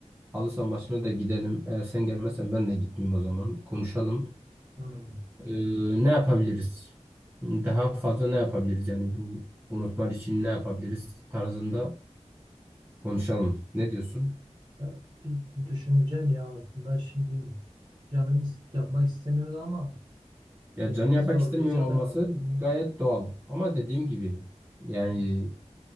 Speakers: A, on the right (about 15°); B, on the right (about 35°).
A: halı saha maçına da gidelim. Eğer sen gelmezsen ben de gitmeyeyim o zaman. Konuşalım.
B: hmm.
A: E,
B: Ya,
A: ne yapabiliriz? Daha fazla ne yapabiliriz? Yani bu unutmak için ne yapabiliriz tarzında konuşalım. Ne diyorsun?
B: ya bir düşüneceğim ya aslında şimdi canım is- yapmak istemiyordu ama
A: Ya
B: kendimi
A: canı yapmak
B: zorlayacağım
A: istemiyor olması
B: herhalde. Bilmiyorum.
A: gayet doğal. Ama dediğim gibi yani